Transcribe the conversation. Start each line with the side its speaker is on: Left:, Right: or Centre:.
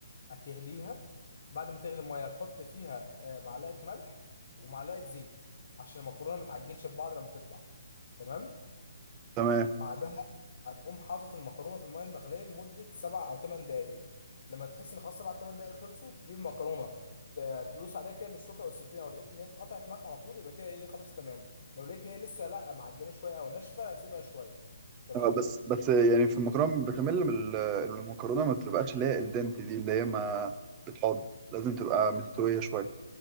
Left: هتغليها بعد ما تغلي الميه هتحط فيها آه، معلقه ملح ومعلقه زيت عشان المكرونه ما تعجنش في بعض لما تطلع تمام
Right: تمام
Left: بعدها هتقوم حاطط المكرونه في الميه المغليه لمده سبع او ثمان دقائق لما تحس ان خلاص سبع ثمان دقائق خلصوا تجيب المكرونه ت- تدوس عليها كده بالشوكه والسكينه لو لقيت ان هي اتقطعت معاك على طول يبقى كده ايه خلاص تمام لو لقيت ان هي لسه لا معجنه شويه او ناشفه سيبها شويه تمام
Right: آه بس بس يعني في المكرونه بشاميل بال- المكرونه ما بتبقاش اللي هي الدنت دي اللي هي ما بتقعد لازم تبقى مستويه شويه